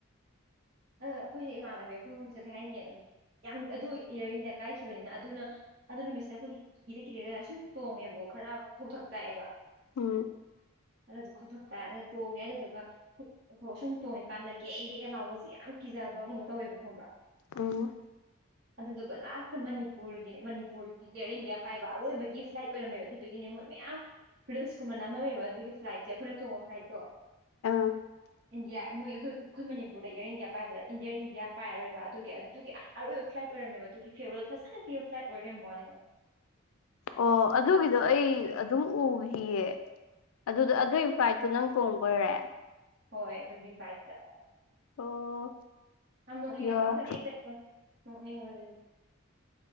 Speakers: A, on the right; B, on the left.
A: ꯑ ꯑꯩꯈꯣꯏꯁꯦ ꯏꯃꯥꯟꯅꯕꯤ ꯑꯩꯈꯣꯏꯁꯦ ꯀꯩ ꯍꯥꯏꯅꯤꯌꯦ ꯌꯥꯝ ꯑꯗꯨ ꯏꯌꯥꯔ ꯏꯟꯗꯤꯌꯥ ꯀꯥꯏꯈꯤꯕꯅꯤꯅ ꯑꯗꯨꯅ ꯑꯗꯨ ꯅꯨꯃꯤꯠꯁꯤꯗ ꯑꯩꯈꯣꯏ ꯀꯤꯔꯦ ꯀꯤꯔꯦꯒ ꯁꯨꯝ ꯇꯣꯡꯉꯦꯕꯣ ꯈꯔ ꯀꯣꯡꯊꯛ ꯆꯥꯛꯑꯦꯕ
B: ꯎꯝ
A: ꯑꯗꯨꯗ ꯀꯣꯛꯊꯣꯛ ꯇꯔ ꯑꯗꯨ ꯇꯣꯡꯉꯦ ꯑꯗꯨꯗꯨꯒ ꯁꯨꯝ ꯇꯣꯡꯉꯤꯀꯥꯟꯗ ꯒꯦꯛ ꯒꯦꯛꯒ ꯂꯥꯎꯁ ꯌꯥꯝ ꯀꯀꯤꯖꯥꯕꯒꯨꯝꯕ ꯇꯧꯋꯦꯕ ꯈꯪꯕ꯭ꯔꯥ
B: ꯎꯝ
A: <inaudible> ꯑꯗꯨꯗꯨꯒ ꯂꯥꯁꯇ ꯃꯅꯤꯄꯨꯔꯒꯤ ꯃꯅꯤꯄꯨꯔ ꯏꯌꯥꯔ ꯏꯟꯗꯤꯌꯥ ꯄꯥꯏꯕ ꯑꯔꯣꯏꯕꯒꯤ ꯐ꯭ꯂꯥꯏꯠ ꯑꯣꯏꯔꯝꯃꯦꯕ ꯑꯗꯨꯗꯨꯒꯤꯅꯦ ꯃꯣꯏ ꯃꯌꯥꯝ ꯔꯤꯁꯀꯨꯝꯕꯟ ꯑꯃꯝꯃꯦꯕ ꯑꯗꯨꯒꯤ ꯐ꯭ꯂꯥꯏꯠꯁꯦ ꯑꯩꯈꯣꯏꯅ ꯇꯣꯡꯕ ꯐ꯭ꯂꯥꯏꯠꯇꯣ
B: <inaudible> <inaudible>
A: ꯏꯟꯗꯤꯌꯥ ꯃꯣꯏ ꯑꯩꯈꯣꯏ ꯑꯩꯈꯣꯏ ꯃꯅꯤꯄꯨꯔꯗ ꯏꯌꯥꯔ ꯏꯟꯗꯤꯌꯥ ꯄꯥꯏꯕꯗ ꯏꯟꯗꯤꯌꯥꯔ ꯏꯟꯗꯤꯌꯥ ꯄꯥꯏꯔꯣꯏꯕꯒꯤ ꯑꯗꯨꯒꯤ ꯑꯔꯣꯏꯕ ꯐ꯭ꯂꯥꯏꯠ ꯐ꯭ꯂꯥꯏꯠ ꯑꯣꯏꯔꯝꯃꯦꯕ ꯑꯗꯨꯒꯤ ꯐꯦꯕꯔꯦꯜ ꯐꯁ ꯈꯟꯅ ꯄꯤꯕ ꯐ꯭ꯂꯥꯏꯠ ꯑꯣꯏꯔꯝꯕꯣꯅꯤꯅ
B: ꯑꯣ ꯑꯗꯨꯒꯤꯗꯣ ꯑꯩ ꯑꯗꯨꯝ ꯎꯈꯤꯌꯦ ꯑꯗꯨꯗ ꯑꯗꯨꯒꯤ ꯐ꯭ꯂꯥꯏꯠꯇꯣ ꯅꯪ ꯇꯣꯡꯕ ꯑꯣꯏꯔꯦ
A: ꯍꯣꯏ <inaudible>
B: ꯑꯣ
A: ꯌꯥꯝ ꯅꯣꯛꯅꯤꯡꯉꯦꯕ
B: ꯌꯣꯔ
A: ꯑꯩꯈꯣꯏꯅ ꯑꯦꯛꯁꯦꯞ ꯅꯣꯛꯅꯤꯡꯕꯗꯨꯗꯤ